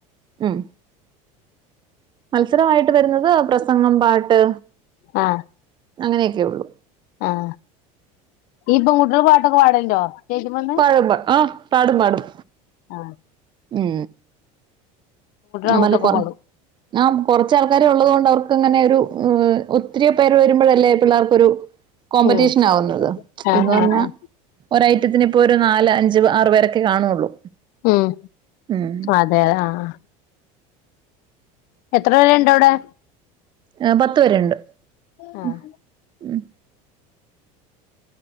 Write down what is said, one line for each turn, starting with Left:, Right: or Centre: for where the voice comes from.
Right: ഉം മത്സരമായിട്ട് വരുന്നത് പ്രസംഗം പാട്ട്
Left: ആ
Right: അങ്ങനെയൊക്കെ ഉള്ളു
Left: ആ ഈ പെൺകുട്ടികൾ പാട്ടൊക്കെ പാടലുണ്ടോ സ്റ്റേജ്മന്ന്
Right: പാടുമ്പ ആ പാടും പാടും
Left: ആ
Right: ഉം ഞാ
Left: ആൺകുട്ടികളൊക്കെ
Right: പറഞ്ഞിലേ കൊറ
Left: പാടും
Right: ആ കൊറച്ച ആൾക്കാരെ ഉള്ളത് കൊണ്ട് അവർക്ക് അങ്ങനെ ഒരു ഉം ഒത്തിരി പേര് വരുമ്പോഴല്ലേ പിള്ളാർക്കൊരു കോമ്പറ്റീഷൻ
Left: ഉം
Right: ആവുന്നത്
Left: ആഹ്
Right: എന്ന് പറഞ്ഞാ
Left: ആഹ് ആഹ്
Right: ഒരഐറ്റത്തിന് ഇപ്പോ ഒരു നാല് അഞ്ച് ആറുപേരൊക്കെ കാണുള്ളൂ
Left: ഉം
Right: ഉം
Left: അതെ ആഹ് എത്ര പേര്ണ്ടവിടെ
Right: ആ പത്ത് പേരുണ്ട്
Left: ആഹ്
Right: ഉം ഉം